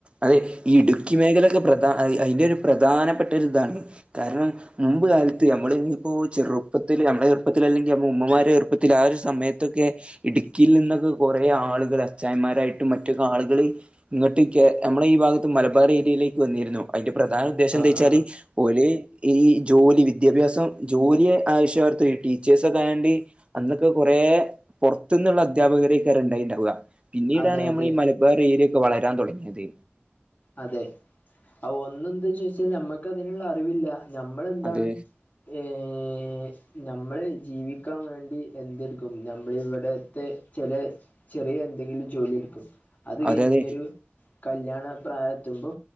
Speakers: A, on the right (about 25°); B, on the left (about 35°).
A: അതെ ഈ ഇടുക്കി മേഖലൊക്കെ പ്രധാന ഐന്റോരു പ്രധാനപ്പെട്ട ഒരു ഇതാണ് കാരണം മുമ്പ് കാലത്ത് ഞമ്മള് ഞ്ഞിപ്പോ ചെറുപ്പത്തില് ഞമ്മളെ ചെറുപ്പത്തില് അല്ലെങ്കി ഉമ്മമാരുടെ ചെറുപ്പത്തില് ആ ഒരു സമയത്തൊക്കെ ഇടുക്കിയിൽ നിന്നൊക്കെ കൊറേ ആളുകള് അച്ചായന്മാരായിട്ടും മറ്റൊക്കെ ആളുകള് ഇങ്ങട്ടക്കെ നമ്മടെ ഈ ഭാഗത്ത് മലബാർ ഏരിയയിലേക്ക് വന്നിരുന്നു. അതിന്റെ പ്രധാന ഉദ്ദേശം
B: ആ
A: എന്താച്ചാല്
B: ആ
A: ഓല് ഈ ജോലി വിദ്യാഭ്യാസം ജോലി ആയശേഷം ഈ ടീച്ചേഴ്സൊക്കെ ആയേണ്ടി അന്നൊക്കെ കൊറേ പൊർത്ത്ന്ന്ള്ള അധ്യാപകരൊക്കെയാ ഏറെണ്ടായിണ്ടാവുക പിന്നീടാണ്
B: അതെ
A: നമ്മളെ
B: അതെ
A: ഈ മലബാറേരിയൊക്കെ വളരാൻ തൊടങ്ങിയത്
B: അതെ അത് ഒന്നെന്താ ചോയ്ച്ചാ നമ്മക്കതിന്ള്ള അറിവില്ല ഞമ്മളെന്താണ്
A: അത്
B: ഏഹ് ഞമ്മള് ജീവിക്കാൻ വേണ്ടി എന്തെട്ക്കും ഞമ്മളിവെടെത്തെ ചെലേ ചെറ്യേ എന്തെങ്കിലും ജോലി എട്ക്കും, അത് കഴിഞ്ഞൊരു
A: അതായത്
B: കല്യാണ പ്രായെത്തുമ്പോ